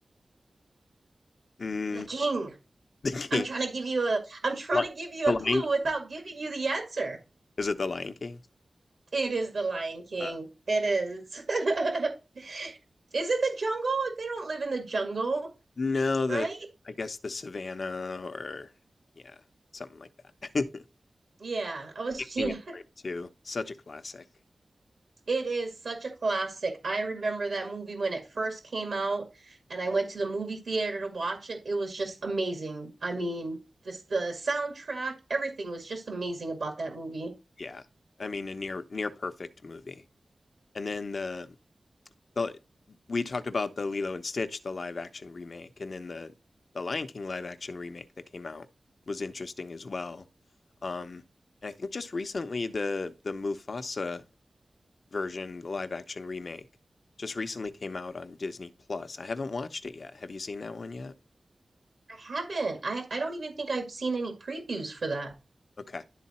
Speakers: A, on the left; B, on the right.
A: Mm,
B: the King.
A: <laughs> the King,
B: I'm trying to give you a, I'm trying
A: Li-
B: to give you
A: the
B: a
A: Lion
B: clue without
A: King.
B: giving you the answer.
A: Is it the Lion King?
B: It is the Lion King.
A: Uh,
B: It is. <laughs> Is it the jungle? They don't live in the jungle,
A: no,
B: right?
A: the I guess the Savannah or yeah, something like that. <laughs>
B: Yeah, I was, <laughs> yeah.
A: King is great too. Such a classic.
B: It is such a classic. I remember that movie when it first came out, and I went to the movie theater to watch it. It was just amazing. I mean, this the soundtrack, everything was just amazing about that movie.
A: Yeah, I mean a near near perfect movie. And then the the we talked about the Lilo and Stitch, the live action remake, and then the the Lion King live action remake that came out was interesting as well. Um, and I think just recently the the Mufasa version, the live action remake, just recently came out on Disney Plus. I haven't watched it yet. Have you seen that one yet?
B: I haven't. I I don't even think I've seen any previews for that.
A: Okay,